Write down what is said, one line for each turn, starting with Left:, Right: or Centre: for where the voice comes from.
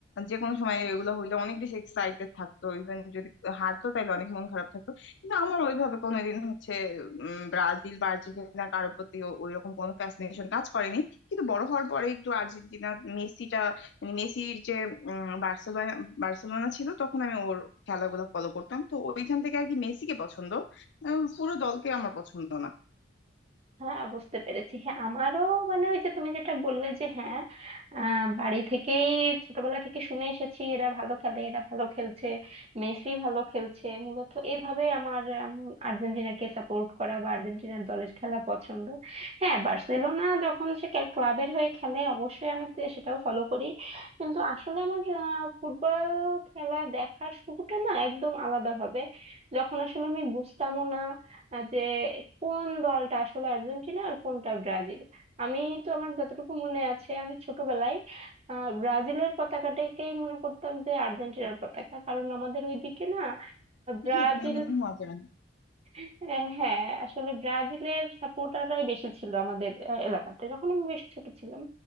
Left: যে কোনো সময় এগুলো হইলে অনেক বেশি এক্সাইটেড থাকতো ইভেন যদি হারতো তাইলে অনেক মন খারাপ থাকতো কিন্তু আমার ওইভাবে কোনোদিন হচ্ছে উম, ব্রাজিল বা আর্জেন্টিনা কারোর প্রতি ও- ওইরকম কোনো ফ্যাসিনেশন কাজ করেনি কিন্তু বড় হওয়ার পরে একটু আর্জেন্টিনা মেসিটা মানে মেসির যে উম, বার্সেলোনা বার্সেলোনা ছিল তখন আমি ওর খেলাগুলো ফলো করতাম তো ওইখান থেকে আর কি মেসিকে পছন্দ আহ, পুরো দলকে আমার পছন্দ না
Right: হ্যাঁ বুঝতে পেরেছি হ্যাঁ আমারও মানে ওই যে তুমি যেটা বললে যে হ্যাঁ আহ, বাড়ি থেকেই ছোটবেলা থেকে শুনে এসেছি এরা ভালো খেলে এরা ভালো খেলছে মেসি ভালো খেলছে মূলত এইভাবে আমার উম, আর্জেন্টিনাকে সাপোর্ট করা বা আর্জেন্টিনার দলের খেলা পছন্দ হ্যাঁ বার্সেলোনা যখন সে কে- ক্লাবের হয়ে খেলে অবশ্যই আমি তে- সেটাও ফলো করি কিন্তু আসলে আমার আহ, ফুটবল খেলা দেখার শুরুটা না একদম আলাদাভাবে যখন আসলে আমি বুঝতামও না আহ যে কোন দলটা আসলে আর্জেন্টিনা আর কোনটা ব্রাজিল আমি তো আমার যতটুকু মনে আছে আমি ছোটবেলায় আহ ব্রাজিলের পতাকাটাকেই মনে করতাম যে আর্জেন্টিনার পতাকা কারণ আমাদের ওইদিকে না ব্রাজিল
Left: এটা আমার মতে মজা
Right: আহ, হ্যাঁ আসলে ব্রাজিলের সাপোর্টাররাই বেশি ছিল আমাদের আহ, এলাকাতে যখন আমি বেশ ছোট ছিলাম